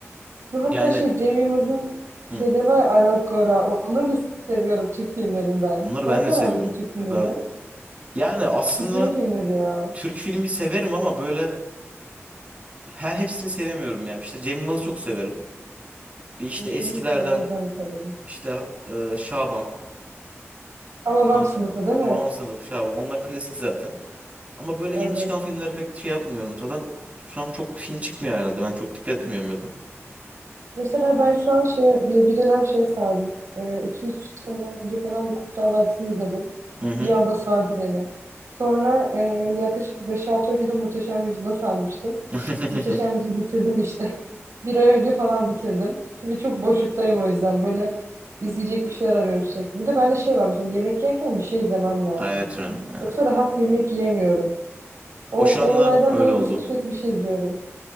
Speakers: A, on the right; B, on the right.
A: Bu hatta
B: Yani
A: şey Cem Yılmaz'ın
B: hı,
A: şeyleri var ya Aral Gora. Onları da seviyorum Türk filmlerinden.
B: onları
A: Sen
B: ben
A: sever
B: de seviyorum.
A: misin Türk filmleri?
B: Ya ben- Yani aslında
A: Küçüklüğün filmleri ya.
B: Türk filmi severim ama böyle he, hepsini sevemiyorum ya. İşte Cem Yılmaz'ı çok severim. Bir işte
A: Hı
B: eskilerden
A: hı, Cem Yılmaz ben de severim.
B: işte e, Şaban.
A: Ama
B: Ondan
A: babam
B: sonra
A: sınıfı değil mi?
B: Hababam Sınıfı, Şaban onlar klasik zaten. Ama böyle
A: Evet.
B: yeni çıkan filmlere pek şey yapmıyorum. Zaten şu an çok film çıkmıyor herhalde. Ben çok dikkat etmiyorum ya da.
A: Mesela ben şu an şeye, bir, bir dönem şeye sardım. Ee, iki üç sene önce falan bir Kurtlar Vadisi'ni izledim.
B: Hı hı.
A: Bir anda sardı beni. Sonra e, yaklaşık beş 6 önce de Muhteşem Yüzyıl'a sarmıştım.
B: <laughs>
A: Muhteşem Yüzyıl'ı bitirdim işte. Bir ay önce falan bitirdim. Şimdi çok boşluktayım o yüzden. Böyle izleyecek bir şeyler arıyorum sürekli. Bir de bende şey var mesela yemek yerken bir şey izlemem lazım.
B: Ha, Evet canım ya.
A: Yoksa rahat yemek yiyemiyorum. O,
B: O
A: o
B: şu anda
A: olaydan
B: öyle
A: dolayı
B: oldu.
A: mesela sürekli bir şey izliyorum.